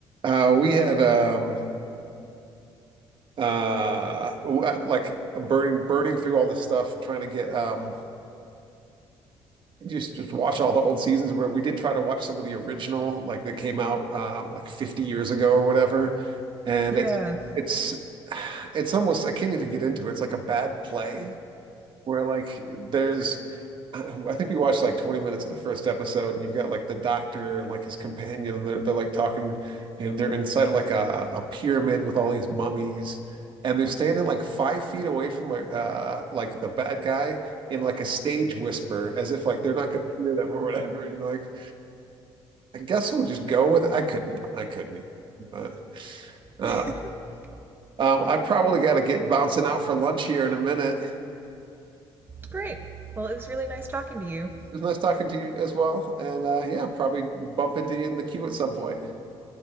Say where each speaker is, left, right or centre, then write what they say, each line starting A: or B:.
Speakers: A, on the right; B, on the right.
A: uh, we had um uh w- uh, like burning burning through all this stuff, trying to get um just just watch all the old seasons. Where we did try to watch some of the original, like that came out um like 50 years ago or whatever. And
B: Yeah.
A: it's it's it's almost I can't even get into it. It's like a bad play where like there's I don't know, I think we watched like 20 minutes of the first episode, and you've got like the doctor and like his companion, and they're, they're like talking, and they're inside of like a, a pyramid with all these mummies, and they're standing like five feet away from uh, like the bad guy in like a stage whisper, as if like they're not going to hear them or whatever. And you're like, I guess we'll just go with it. I couldn't, I couldn't even. But uh,
B: <laughs>
A: um, I probably got to get bouncing out for lunch here in a minute. It
B: Great. Well, it was really nice talking to you.
A: was nice talking to you as well, and uh, yeah, probably bump into you in the queue at some point.